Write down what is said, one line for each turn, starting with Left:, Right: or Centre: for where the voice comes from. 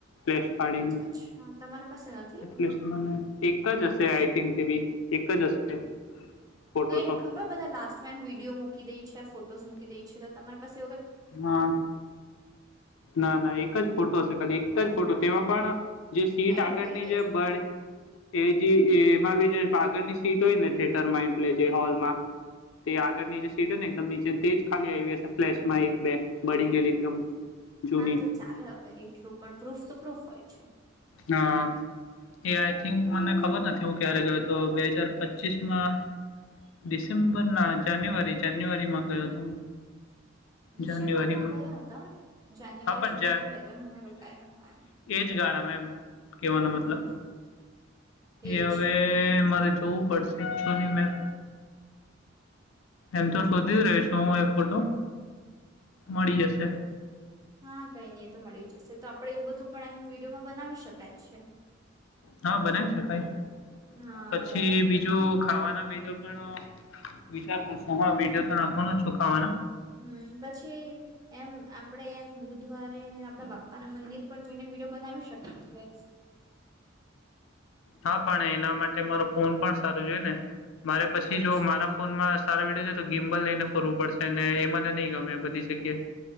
Left: ફ્લેશ પાડીને
Right: અચ્છા તમારી પાસે નથી
Left: એટલે મને એક જ હશે આઈ થિંક બી એક જ હશે ફોટો
Right: કઈ નહિ
Left: તો.
Right: ખબર બધા લાસ્ટ ટાઈમ વિડીયો મૂકી દઈ છે ફોટોઝ મૂકી દઈ છે તો તમારી પાસ
Left: ના, ના ના એક જ ફોટો હશે ખાલી એક જ ફોટો તેમાં પણ જે સીટ
Right: એડિટ
Left: આગળની
Right: કરી દેજો
Left: જે બળ એ જે એમાં બી જે પાગળ ની સીટ હોય ને તે હોલમાં તે આગળની જે સીટ હોય ને એકદમ નીચે તેજ ખાલી હોય માં એક બે બળી ગયલી એકદમ જૂની.
Right: હા તો ચાલે હવે એટલું પણ પ્રૂફ તો પ્રૂફ હોય છે
Left: હા એ આઈ થિંક મને
Right: હા
Left: ખબર નથી હું ક્યારે ગયો તો બે હજાર પચીસમાં ડિસેમ્બર ના જાન્યુઆરી જાન્યુઆરીમાં ગયો હતો હું.
Right: <inaudible> ડિસેમ્બર
Left: જાન્યુઆરીમાં.
Right: માં ગયા હતા જાન્યુઆરી
Left: હા, પણ
Right: સુધી ત્યાં બે ત્રણ મહિના રોકાયા હતા એમ
Left: શિયાળામાં એમ કેવાનો
Right: હમ
Left: મતલબ
Right: હમ એજ
Left: એ હવે મારે તો પરસેપ્સની મેં એમ તો શોધી રહીશ હું એ ફોટો મળી જશે.
Right: હા કઈ નઈ એ તો મળી જશે તો આપડે એવું બધું પણ એમ વિડીયોમાં બનાવી શકાય છે.
Left: હા બનાવી શકાય
Right: હા
Left: પછી
Right: બરાબર
Left: બીજું ખાવાના બીજો પણ વિચાર પૂછવાનો વિડીયો તો નાખવાનો શુ ખાવાનો
Right: હું પછી એમ આપડે એમ બુધવારે ને આપડા બાપ પપ્પાના મંદિર પણ જઈને વિડીયો બનાવી શકે છે.
Left: હા પણ એના માટે મારો ફોન પણ સારો જોઈ ને મારે પછી
Right: અચ્છા
Left: જો મારા ફોનમાં સારા વિડયો ને તો ગિમ્બલ લઈને ફરવું પડશે ને એ મને નહ ગમે બધી જગ્યાએ